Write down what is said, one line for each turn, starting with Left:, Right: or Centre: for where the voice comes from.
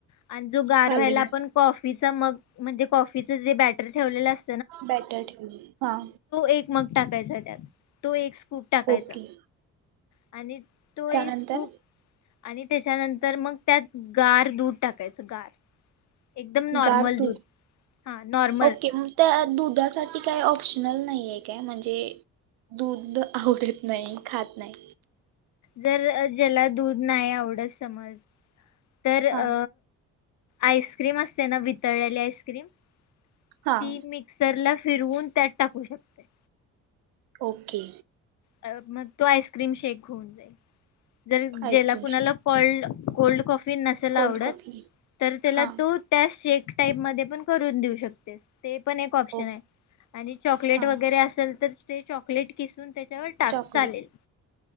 Left: आणि जो गार
Right: खाली
Left: व्हायला, आपण कॉफीचा मग म्हणजे कॉफी फिचजे बाॅटर ठेवलेलं अस
Right: बाॅटर ठेवले. हा
Left: एक मग टाकायच त्यात, तो एक स्कूप टाकायचा.
Right: ओके
Left: आणि तो एक
Right: त्यानंतर
Left: स्कुप आणि त्याच्यानंतर मग त्यात गार दूध टाकायच. गार एकदम नॉर्मल
Right: गार दुध
Left: दूध हा नॉर्मल
Right: ओके मग त्या दुधासाठी काही ऑप्शनल नाही आहे काय? म्हणजे दूध आवडत नाही. खात नाही.
Left: जर ज्याला दूध नाही आवडत. समज तर अ
Right: हां
Left: आईस्क्रीम असते ना वितळलेली आईस्क्रीम, ती
Right: हां
Left: मिक्सर ला फिरवून त्यात टाकू शकते.
Right: ओके
Left: अ मग तो आईस्क्रीम शेक होऊन जाईल. जर
Right: आईस्क्रीम
Left: ज्याला कुणाला
Right: शेक
Left: कोल्ड कोल्ड कॉफी नसेल
Right: कोल्ड
Left: आवडत,
Right: कॉफी
Left: तर त्याला
Right: हां
Left: तो त्या शेक टाईप मध्ये पण करून देऊ शकतो. तेच ते पण एक ऑप्शन
Right: ओके
Left: आहे, आणि चॉकलेट
Right: हां
Left: वगैरे असेल तर ते चॉकलेट किसून त्या त्यावर टाक
Right: चॉकलेट
Left: चालेल.